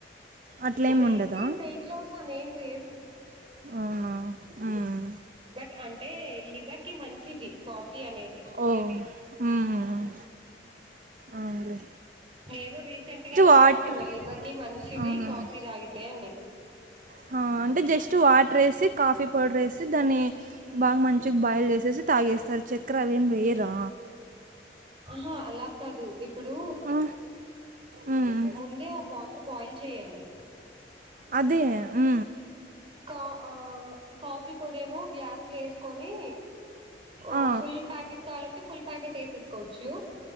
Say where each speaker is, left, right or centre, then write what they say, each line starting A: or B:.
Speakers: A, on the right (about 50°); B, on the right (about 30°).
A: అట్లేం
B: వెయిట్
A: ఉండదా
B: గెయిన్ వెయిట్ లాస్ అని ఏం లేదు
A: అవునా మ్మ్.
B: బట్ అంటే లివర్ కి మంచిది కాఫీ అనేది
A: ఓ ఉమ్ అవును లే
B: నేను రీసెంట్ గానే
A: వాటర్
B: తెలుసుకున్న లివర్కి మంచిది కాఫీ తాగితే అని
A: హా అంటే జస్ట్ వాటర్ వేసి కాఫీ పౌడర్ వేసి దాన్ని బాగ్ మంచిగా బాయిల్ చేసేసి తాగేస్తారు చక్కెర అవేమి వేయరా
B: ఆహా అలా కాదు ఇప్పుడు
A: ఆ, ఉమ్,
B: ముందే వాటర్ బాయిల్ చేయాలి
A: అదే ఊ
B: కా ఆ కాఫీ పొడేమో గ్లాస్లు వేసుకొని ఓ
A: ఆ,
B: ఫుల్ ప్యాకెట్ కావాలంటే ఫుల్ ప్యాకెట్ వేసేసుకోవచ్చు